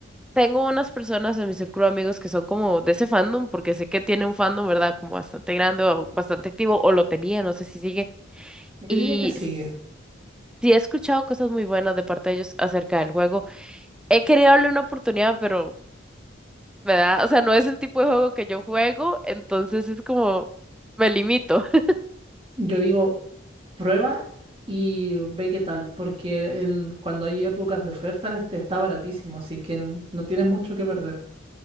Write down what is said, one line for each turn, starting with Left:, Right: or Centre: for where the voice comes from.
Centre: tengo unas personas en mi círculo de amigos que son como de ese fandom, porque sé que tiene un fandom, ¿verdad? Como bastante grande o bastante activo, o lo tenía, no sé si sigue.
Right: yo
Centre: Y
Right: diría que sigue.
Centre: s- sí he escuchado cosas muy buenas de parte de ellos acerca del juego. He querido darle una oportunidad, pero... ¿verdad? O sea, no es el tipo de juego que yo juego, entonces es como me limito. <laughs>
Right: Yo digo, prueba y ve qué tal, porque el cuando hay épocas de ofertas este está baratísimo, así que no tienes mucho que perder.